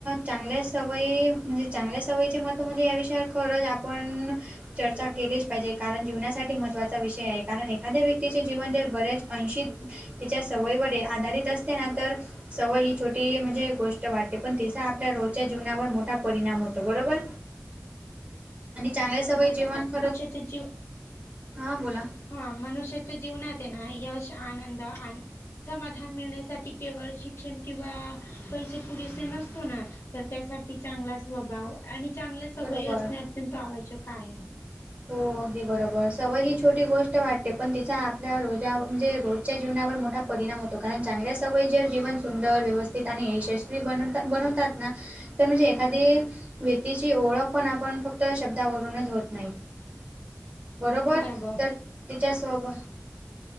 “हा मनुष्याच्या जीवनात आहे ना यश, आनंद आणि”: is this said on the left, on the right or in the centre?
Left